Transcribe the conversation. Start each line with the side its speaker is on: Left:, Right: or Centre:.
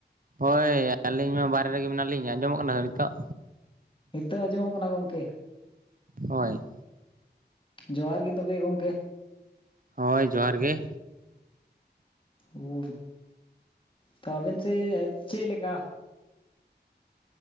Right: ᱦᱳᱭ ᱟᱹᱞᱤᱧ ᱢᱟ ᱵᱟᱨᱦᱮ ᱨᱮᱜᱮ ᱢᱮᱱᱟᱜ ᱞᱤᱧ ᱟᱸᱡᱚᱢᱚᱜ ᱠᱟᱱᱟ ᱱᱤᱛᱚᱜᱼᱼ
Left: ᱦᱤᱛᱚᱜ ᱟᱸᱡᱚᱢᱚᱜ ᱠᱟᱱᱟ ᱜᱚᱝᱠᱮ ᱾
Right: ᱦᱳᱭ
Left: ᱡᱚᱦᱟᱨ ᱜᱮ ᱛᱚᱵᱮ ᱜᱚᱢᱠᱮ
Right: ᱦᱳᱭ ᱡᱚᱦᱟᱨ ᱜᱮ᱾
Left: ᱦᱩᱸ ᱛᱟ ᱟᱵᱮᱱ ᱥᱮᱫ ᱪᱮᱫ ᱞᱮᱠᱟᱼᱼ